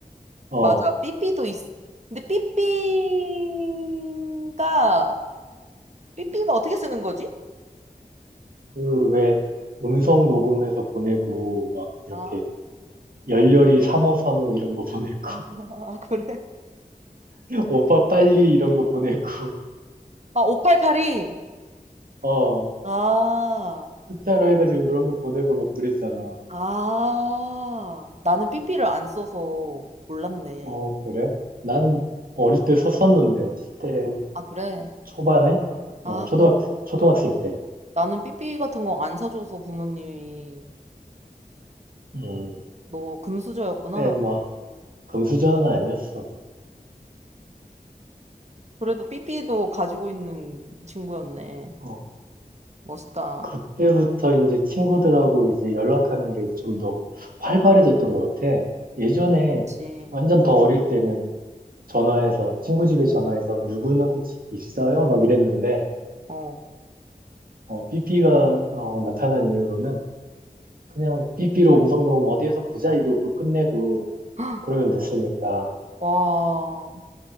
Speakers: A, on the right (about 70°); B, on the right (about 45°).
A: 어,
B: 맞아. 삐삐도 있어. 근데 삐삐가 삐삐가 어떻게 쓰는 거지?
A: 그, 왜, 음성 녹음해서 보내고, 막, 이렇게,
B: 아,
A: 열렬히 삼오삼오 이런 거 보내고,
B: <laughs> 아 그래.
A: <laughs> 오빠 빨리 이런 거 보내고,
B: 아, 588이.
A: 어,
B: 아,
A: 숫자로 해가지고 그런 거 보내고 막 그랬잖아.
B: 아. 나는 삐삐를 안 써서 몰랐네.
A: 어, 그래? 난 어릴 때 썼었는데, 십대
B: 아, 그래?
A: 초반에?
B: 아,
A: 어, 초등학, 초등학생 때.
B: 나는 삐삐 같은 거 안 사줘서 부모님이
A: 음,
B: 너 금수저였구나.
A: 그래, 뭐, 금수저는 아니었어.
B: 그래도 삐삐도 가지고 있는 친구였네.
A: 어,
B: 멋있다.
A: 그때부터 이제 친구들하고 이제 연락하는 게 좀 더 활발해졌던 것 같아. 예전에
B: 그치.
A: 완전 더 어릴 때는 전화해서, 친구 집에 전화해서 누구누구 집 있어요? 막 이랬는데,
B: 어.
A: 어, 삐삐가 어, 나타난 이후로는 그냥 비 p 로 음성 녹음 어디에서 보자 이러고 끝내고
B: <gasps> 헉,
A: 그러면 됐으니까
B: 와.